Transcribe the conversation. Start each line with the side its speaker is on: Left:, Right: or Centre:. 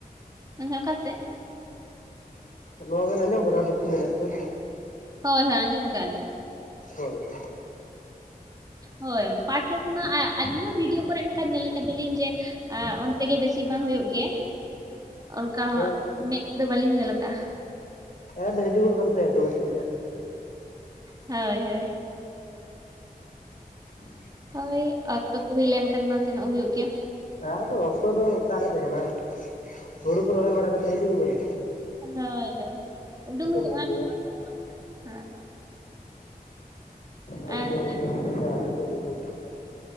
Right: ᱢᱮᱱᱠᱷᱟᱡ ᱚᱠᱟᱥᱮᱫ?
Left: ᱱᱚᱣᱟ ᱵᱮᱱ ᱟᱸᱡᱚᱢ ᱟᱠᱟᱫᱟ ᱫᱚᱠᱠᱷᱤᱱ ᱫᱤᱱᱟᱡᱽᱯᱩᱨ᱾
Right: ᱦᱳᱭ ᱦᱳᱭ ᱟᱸᱡᱚᱢ ᱟᱠᱜᱼᱟ ᱞᱤᱧ᱾
Left: ᱦᱳᱭ ᱾
Right: ᱦᱳᱭ ᱯᱟᱴ ᱪᱟᱥ ᱢᱟ ᱟᱹᱞᱤᱧ ᱢᱟ ᱵᱷᱤᱰᱤᱭᱳ ᱠᱚᱨᱮ ᱚᱱᱠᱟ ᱧᱮᱞ ᱠᱟᱫᱟᱞᱤᱧ ᱡᱮ ᱮ ᱚᱱᱛᱮ ᱜᱮ ᱵᱮᱥᱤ ᱢᱟ ᱦᱩᱭᱩᱜ ᱜᱮ᱾ ᱚᱱᱠᱟ ᱦᱚᱸ
Left: ᱦᱳᱭ
Right: ᱢᱮᱫ ᱫᱚ ᱵᱟᱹᱞᱤᱧ ᱧᱮᱞ ᱟᱠᱟᱜᱼᱟ᱾
Left: ᱮᱫ ᱦᱤᱡᱩᱜᱚᱜ ᱵᱤᱱ ᱛᱮ ᱥᱮᱪᱮᱫ
Right: ᱦᱳᱭ ᱦᱳᱭ᱾
Left: <inaudible>
Right: ᱦᱳᱭ ᱚᱠᱛᱚ ᱠᱚ ᱦᱩᱭ ᱞᱮᱱᱠᱷᱟᱱ ᱢᱟ ᱥᱮᱱᱚᱜ ᱦᱩᱭᱩᱜ ᱜᱮᱭᱟ᱾
Left: ᱟ ᱟᱫᱚ ᱚᱠᱛᱚ ᱫᱚ ᱚᱠᱟᱨᱮ ᱛᱟᱦᱮᱱᱟ ᱦᱩᱲᱩ ᱠᱚ ᱨᱚᱦᱚᱭ ᱵᱟᱲᱟ ᱠᱟᱛᱮᱫ ᱦᱤᱡᱩᱜᱚᱜ ᱵᱮᱱ ᱛᱚ᱾
Right: ᱦᱳᱭ ᱦᱳᱭ ᱩᱰᱩᱝ ᱦᱩᱭᱩᱜᱼᱟ
Left: ᱧᱮᱞ
Right: <unintelligible>
Left: ᱤᱫᱤᱭᱟ
Right: ᱦᱮᱸ᱾
Left: ᱟᱞᱮ
Right: ᱟᱨ
Left: ᱥᱮᱭᱟᱜ
Right: <unintelligible>
Left: ᱫᱤᱥᱚᱢ <unintelligible>